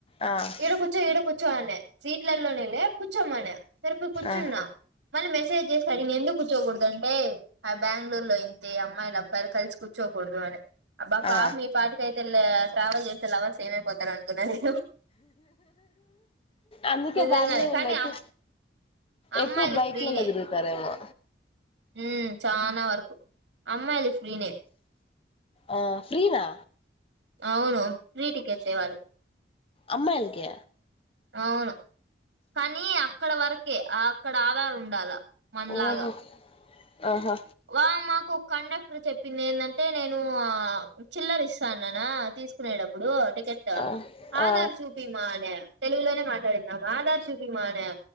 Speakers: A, on the left; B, on the right.
A: ఆ
B: ఇడ కూచో ఇడ కూచో అనే సీట్లల్లోనేలే చోమనా సరే పోయి కూర్చున్నా
A: ఆ
B: మళ్ళీ మెసేజ్ చేస్తాడు ఇమె ఎందుకు కూర్చోకూడదు అంటే ఆ బ్యాంగళూరులో ఇంకె అమ్మాయిలు అబ్బాయిలు కలిసి కూర్చోకూడదు అననే అబ్బా పాపమీపాటికి
A: ఆ
B: అయితేళ్లే ట్రావెల్ చేసే లవర్స్ ఏమైపోతారు అనుకున్నా నేన్
A: అందుకే
B: నిజంగానే
A: బ్యాంగళూరు
B: కానీ
A: లేదు
B: అమ్ అమ్మాయిలు
A: ఎక్కువ బైక్లల్లాదిరుగుతారేమో
B: ఫ్రీనే ఉమ్ చానా వరకు అమ్మాయిలు ఫ్రీనే
A: ఆ ఫ్రీనా
B: అవును ఫ్రీ టికెట్స్ ఎ వాళ్ళక్
A: అమ్మాయిలకి
B: అవును కానీ అక్కడ వరకే అక్కడ ఆధార్ ఉండాలా మనలాగా
A: ఓహో ఆహా
B: వా మాకు కండక్టర్ చెప్పింది ఏందంటే నేను ఆ చిల్లరిస్తాన్నానా తీసుకునేటప్పుడు టికెట్
A: ఆ
B: ఆధార్
A: ఆ
B: చూపియిమా అనే తెలుగులోనే మాట్లాడిందా అమా ఆధార్ చూపియిమా అనే